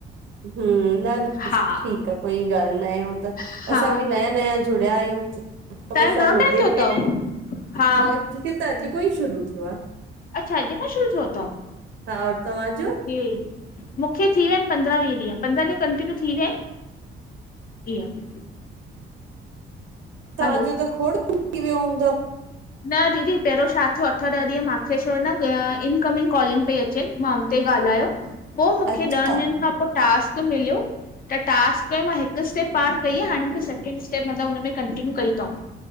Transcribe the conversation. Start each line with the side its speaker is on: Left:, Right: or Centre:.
Right: हम न न
Left: हा
Right: ठीकु आहे कोई ॻाल्हि न आहे हो त
Left: हा
Right: असां बि नया नया जुड़िया आहियूं हमेशजे
Left: तव्हांखे घणो टाइम थियो अथव हा
Right: मांे त अॼु खां ई शुरू थियो आहे।
Left: अच्छा अॼ खो शुरु थ्यो तव
Right: हा और तव्हांजो?
Left: ओके मूंखे थीिया आहिनि पंद्रहं वीह ॾींहंंद्रह ॾींह कं्य थी विया आहिनि
Right: तव्हांजो
Left: हलो
Right: त खोड़ थी वियो हूंदव?
Left: न दीदी पहिरियों छा थियो अठ ॾह ॾींहं मूंखे छो न इनकमिंग कॉलिंग पई अचे। मा उन ते ॻाल्हायो पोइ मूंखे
Right: अच्छा
Left: ॾहनि ॾींहंनि खां पोइ टास्क मिलियो त टास्क में मां हिकु स्टेप पार कई आहे हाण मूंखे सेकेंड स्टेप मतिलबु हुन में कंटीिन्यू कई अथऊं